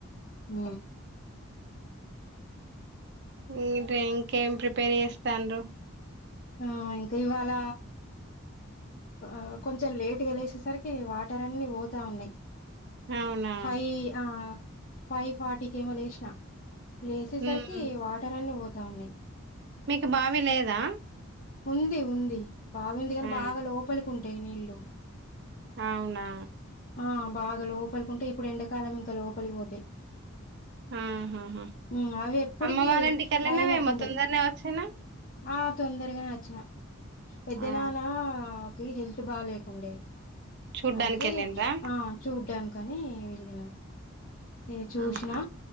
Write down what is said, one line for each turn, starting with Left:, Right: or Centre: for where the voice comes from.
Left: ఊ
Right: ఈ డ్రింకేం ప్రిపేర్ చేస్తాండ్రు
Left: ఆ ఇంకా ఇవాళ ఆ కొంచెం లేటుగా లేసేసరికి వాటర్ అన్ని పోతా ఉన్నాయి
Right: అవునా
Left: ఫైవ్ ఆ ఫైవ్ ఫార్టీకి ఏమో లేసిన లేసేసరికి
Right: ఉమ్
Left: వాటర్ అన్ని పోతా ఉన్నాయి
Right: మీకు బావి లేదా
Left: ఉంది ఉంది బావింది కాని
Right: ఆ
Left: బాగా లోపలికి ఉంటాయి నీళ్లు
Right: అవునా
Left: ఆ బాగా లోపలికుంటాయి ఇప్పుడు ఎండాకాలం ఇంకా లోపలికి పోతాయి
Right: అ ఆహాహా
Left: ఉమ్ అవి ఎప్పటికి
Right: అమ్మవారి ఇంటి కెళ్ళినావేమో
Left: పైనకుండే
Right: తొందరనే వచ్చినవ్
Left: ఆ తొందరగనే వచ్చిన పెద్దనానా
Right: ఆ
Left: కి హెల్త్ బా లేకుండే
Right: చూడ్డానికి
Left: అయితే
Right: వెళ్ళిండ్రా
Left: ఆ చూడ్డానికని వెళ్ళిన ఏ చూసినా
Right: అవునా